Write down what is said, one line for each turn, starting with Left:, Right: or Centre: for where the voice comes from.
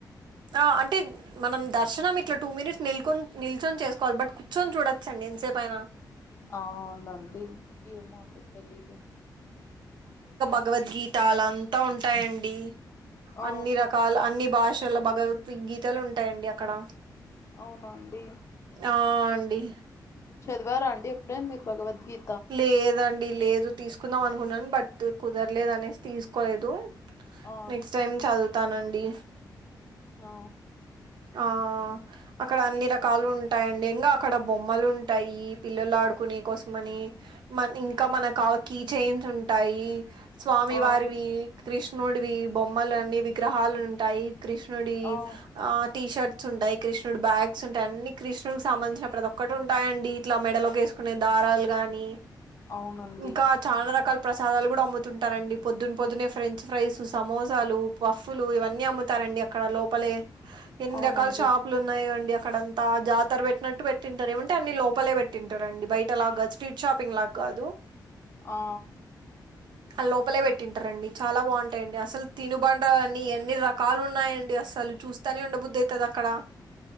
Right: ఆ అంటే మనం దర్శనానికి ఇట్లా టూ మినిట్స్ నిల్చొని చేసుకోవాలి. బట్ కూర్చొని చూడచ్చండి ఎంతసేపైనా
Left: అ అవునానండి ఏమ్మా అండి తెలీదు.
Right: భగవద్గీతలు అంతా ఉంటాయండి.
Left: ఆ
Right: అన్ని రకాల అన్ని భాషల్లో భగవద్గీతలు ఉంటాయండి అక్కడ
Left: అవునానండి.
Right: ఆ అండి
Left: చదివారా అండి? ఎప్పుడైన మీరు భగవద్గీత.
Right: లేదండి లేదు తీసుకుందాం అనుకున్నాను బట్ కుదరలేదు అనేసి తీసుకోలేదు.
Left: ఆ
Right: నెక్స్ట్ టైమ్ చదువుతానండి.
Left: ఆ
Right: ఆ అక్కడ అన్ని
Left: ఇస్
Right: రకాలు ఉం టాయండి ఇంకా అక్కడ బొమ్మలు ఉంటాయి పిల్లలు ఆడుకునే కోసమని మ ఇంకా మనకు కీచైన్స్ ఉంటాయి స్వామి
Left: ఆ
Right: వారివి
Left: అండి
Right: కృ ష్ణుడివి బొమ్మలు అన్ని విగ్రహాలు ఉంటాయి కృష్ణుడి
Left: ఆ
Right: ఆ టీషర్ట్ ఉంటాయి కృష్ణుడు బ్యాగ్స్టాయి అన్ని కృష్ణుడు సంబంధిన ప్రతి ఒక్కటి ఉంటాయం అడి ఇట్లా మెడలోకేసు కునే దారాలు గాని
Left: అవునండి
Right: ఇంకా చానా రకాల ప్రసాదాలు కూడా అమ్ముతుంటారండి పొద్దున్న పొద్దునే ఫ్రెంచ్ ఫ్రైస్ సమోసాలు పఫ్ఫులు ఇవన్నీ అమ్ముతారు అండి అక్కడ లోపలే ఎన్ని
Left: అవునండి
Right: రకాల షాపులు ఉన్నాయో అండి అక్కడంత జాతర పెట్టినట్టు పెట్టింటారు ఏమంటే అన్ని లోపలే పెట్టింటారు అండి బయటలా కాదు స్ట్రీట్ షాపింగ్ లాగా కాదు
Left: ఆ
Right: లోపలే పెట్టింటారంండి చాలా బాగుంటాయండి అసలు తినుబండ్ర అన్ని ఎన్ని రకాలు ఉన్నాయండి అస సలు చూస్తానే ఉండబుద్ది అయితాది అక్కడ